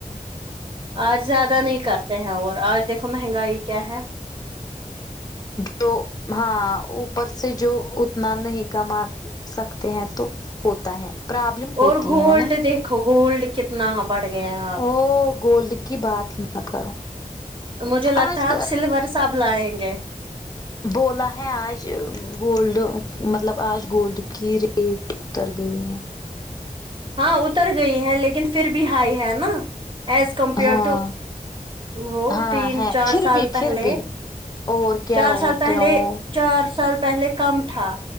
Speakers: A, on the right (about 35°); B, on the left (about 30°).
A: آج زیادہ نہیں کرتے ہیں اور آج دیکھو مہنگائی کیا ہے
B: جو ہاں اوپر سے جو اتنا نہیں کما سکتے ہیں تو ہوتا ہے پرابلم ہوتی
A: اور گولڈ
B: ہے نا
A: دیکھو گولڈ کتنا بڑھ گیا ہے آپ
B: وہ گولڈ کی بات ہی مت کرو
A: مجھے لگتا
B: آج
A: ہے آپ سلور صاحب لائیں گے
B: بولا ہے آج گولڈ مطلب آج گولڈ کی ریٹ اتر گئی ہیں
A: ہاں اتر گئی ہے لیکن پھر بھی ہائی ہے نا ایز کمپیئر
B: ہاں
A: ٹو وہ
B: ہاں
A: تین
B: ہے
A: چار
B: پھر
A: سال
B: بھی
A: پہلے
B: پھر بھی اور کیا
A: چار
B: اور
A: سال پہلے
B: کیا اور
A: چار سال پہلے کم تھا